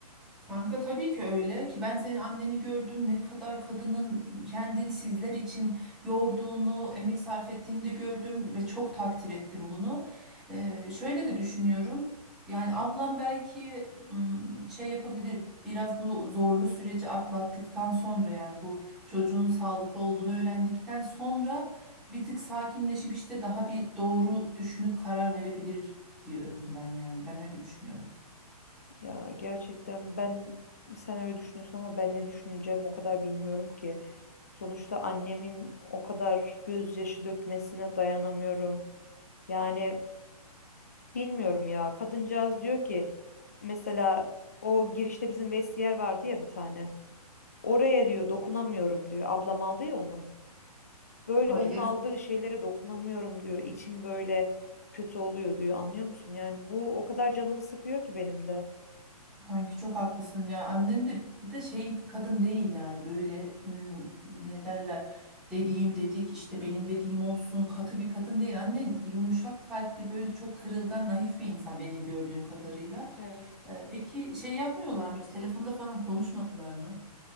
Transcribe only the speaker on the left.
Ya gerçekten ben sen öyle düşünüyorsun ama ben ne düşüneceğim o kadar bilmiyorum ki. Sonuçta annemin o kadar gözyaşı dökmesine dayanamıyorum. Yani bilmiyorum ya. Kadıncağız diyor ki mesela o girişte bizim vestiyer vardı ya bir tane. Oraya diyor dokunamıyorum diyor. Ablam aldı ya onu. Böyle
onun
aldığı şeylere dokunamıyorum diyor. İçim böyle kötü oluyor diyor. Anlıyor musun? Yani bu o kadar canımı sıkıyor ki benim de.
Evet.